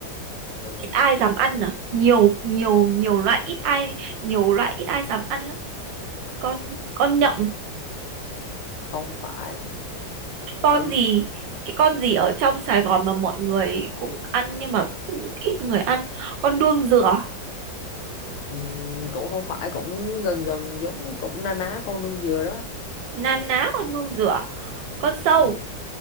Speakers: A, on the left; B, on the right.
A: ờ,
B: ít ai dám ăn à nhiều nhiều nhiều loại ít ai nhiều loại ít ai dám ăn lắm con con nhộng
A: không phải
B: con
A: đã,
B: gì cái con gì ở trong Sài Gòn mà mọi người cũng ăn nhưng mà cũng ít người ăn con đuông dừa
A: ừ, cũng không phải cũng gần gần giống cũng na ná con đương dừa đó
B: na ná con đuông dừa con sâu
A: ừ.